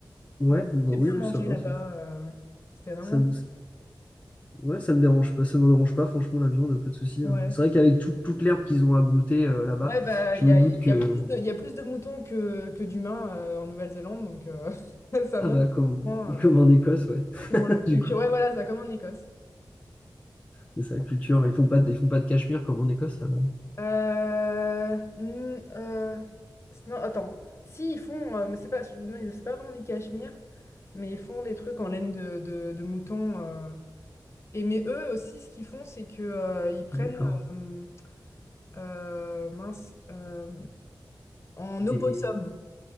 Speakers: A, on the left; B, on the left.
A: Ouais,
B: mais
A: bah
B: j'ai
A: oui,
B: bien
A: oui,
B: mangé
A: ça va.
B: là-bas.
A: Ça,
B: euh, c'était vraiment...
A: ça me, ouais, ça me dérange pas. Ça me dérange pas, franchement, la viande, pas de souci.
B: Ouais.
A: hein. C'est vrai qu'avec tout- toute l'herbe qu'ils ont abroutée euh, là-bas,
B: Ouais, bah,
A: je
B: il y
A: me
B: a,
A: doute
B: il
A: que.
B: y a plus de, il y a plus de moutons que, que d'humains euh, en Nouvelle-Zélande, donc euh, <laughs> ça
A: Ah
B: montre
A: bah, comme,
B: vraiment,
A: <laughs>
B: euh,
A: comme en Écosse, ouais.
B: c'est
A: <laughs>
B: dans leur
A: Du
B: culture.
A: coup,
B: Ouais, voilà, ça, comme en Écosse.
A: Mais c'est la culture. Ils font pas, de- ils font pas de cachemire comme en Écosse là-bas.
B: Euh, n- euh, s- non, attends. Si, ils font, euh, mais c'est pas, non, ils- c'est pas vraiment du cachemire, mais ils font des trucs en laine de, de, de mouton. euh. Et mais eux aussi, ce qu'ils font, c'est que euh, ils prennent,
A: D'accord.
B: euh, euh, mince, euh, en
A: Des,
B: opossum.